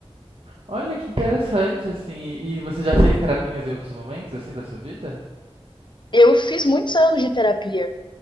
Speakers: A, on the right; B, on the left.
A: Olha que interessante, assim. E, e você já fez terapinhas em outros momentos, assim, da sua vida?
B: Eu fiz muitos anos de terapia.